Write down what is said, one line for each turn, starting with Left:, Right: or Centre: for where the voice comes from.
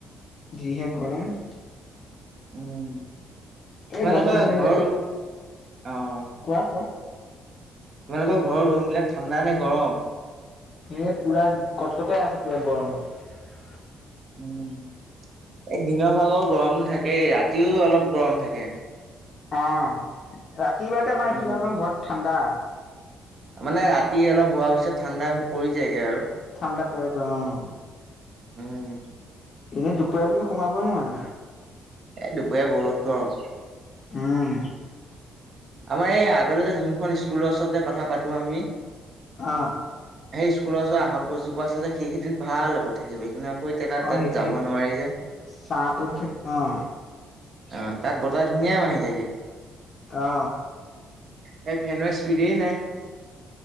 Left: যি হে গৰম।
Right: উম,
Left: এই
Right: তোমালোকৰ
Left: গছ গছনিবিলাক
Right: ঘৰো ৰুম
Left: চব
Right: অ'।
Left: কোৱা কোৱা
Right: তোমালোকৰ ঘৰৰ ৰুম বিলাক ঠাণ্ডা নে গৰম।
Left: এই পূৰা কটকটাই আছে পূৰা গৰমত।
Right: উম, এই দিনৰ ভাগৰ গৰমটো থাকেই ৰাতিও অলপ গৰম থাকে।
Left: অ' ৰাতিুৱাতে আমাৰ
Right: উম,
Left: এইফালে অ'ক ঘৰত ঠাণ্ডা।
Right: মানে ৰাতি অলপ হোৱাৰ পিছত ঠাণ্ডা হৈ পৰি যায়গে আৰু।
Left: ঠাণ্ডা পৰেগৈ অ'
Right: উম।
Left: এনেই দুপৰীয়া তুমি সোমাব নোৱাৰা।
Right: এ দুপৰীয়া বহুত গৰম।
Left: উম।
Right: আমাৰ এই আগতে যে যোনখন স্কুলৰ ওচৰতে কথা পাতো আমি।
Left: আহ
Right: সেই স্কুলৰ ওচৰত আহঁত গছজোপা আছে যে সেইখিনিত ভাল আকৌ থাকিব কিন্তু কৈ তোত
Left: অ',
Right: তাত
Left: সেই
Right: যাব নোৱাৰি যে
Left: চাহ পৰি থাকে অ',
Right: অ তাত বতৰ ধুনীয়া মাৰি থাকে
Left: অ
Right: ইয়াত ফেনৰ স্পীডেই নাই